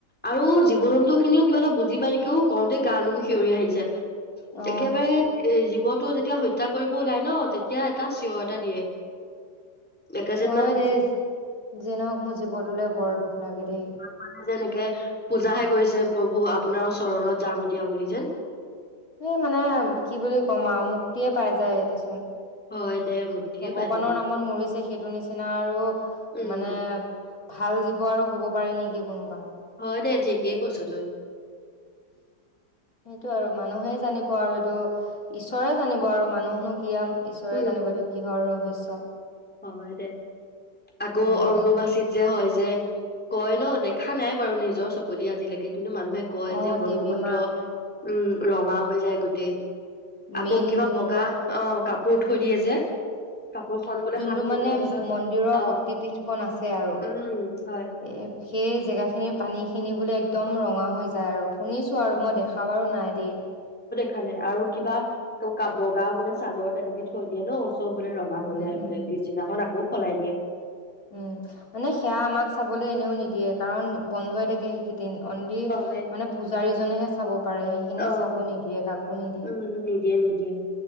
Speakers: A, in the centre; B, on the left.
A: আৰু জীৱ জন্তু খিনিও কিবা এটা বুজি পাই নেকিও কওঁতে গানুম সিঞৰি আহিছে।
B: অ
A: একেবাৰে জীৱন টো যেতিয়া হত্যা কৰিব ওলাই ন' তেতিয়া এটা চিঞৰ এটা দিয়ে। একে যেন
B: অ',
A: মান
B: দেই যি নহক মোৰ জীৱতলে বৰ দুখ।
A: <unintelligible>
B: লাগে দেই
A: কে পূজাহে কৰিছে প্ৰভু আপোনাৰ চৰণত যাম এতিয়া বুলি যেন
B: এই মানে কি বুলি ক'ম আৰু মুক্তিয়ে পাই যায় দেচোন।
A: হয় দে মুক্তিয়ে
B: ভগৱানৰ
A: পাই যেনিবা
B: নামত মৰিছে সেইটো নিচিনা আৰু
A: উম
B: মানে ভাল জীৱ আৰু হ'ব পাৰে নেকি কোনোবা?
A: হয়, দে ঠিকেই কৈছ তই।
B: সেইটো আৰু মানুহে জানিব আৰু ত' ঈশ্বৰে জানিব আৰু মানুহনো কি আ ঈশ্বৰে
A: উম
B: জানিবতো কিহৰ ৰহচ ত
A: হয়, দে আকৌ
B: উম
A: অম্বুবাচীত যে, হয় যে, কয় ন দেখা নাই বাৰু নিজৰ চকু দি আজিলেকে কিন্তু মানুহে কয়
B: অ
A: যে, ব্ৰহ্মপুত্ৰ
B: দেৱী মা
A: উম, ৰঙা হৈ যায় গোটেই আকৌ
B: মেইন
A: কিবা
B: যোনটো
A: বগা অ', কাপোৰ থৈ দিয়ে যে কাপোৰখন বোলে
B: টো
A: দিনৰ
B: মানে
A: পিছত
B: মন্দিৰৰ
A: অ
B: শক্তিপীঠ কন আছে আৰু
A: উম হয়
B: এ সেইজেগা খিনিৰ পানীখিনি বোলে একদম ৰঙা হৈ যায় আৰু শুনি আৰু মই দেখা বাৰু নাই দেই।
A: খালে আৰু কিবা ক ব গা বিলাক চাদৰ তেনেকে থৈ দিয়ে ন' চব বোলে ৰঙা হৈ
B: উম
A: যায় বোলে
B: উম
A: পিছদিনাখন আকৌ সলাই দিয়ে।
B: উম, মানে সেয়া আমাক চাবলৈ এনেও নিদিয়ে কাৰণ বন্ধ হৈ থাকে সেইকেইদিন। অনলি
A: হয়
B: মানে পূজাৰীজনেহে চাব পাৰে সেইখিনি
A: অ
B: চাব নিদিয়ে কাকো নিদিয়ে
A: উম নিদিয়ে নিদিয়ে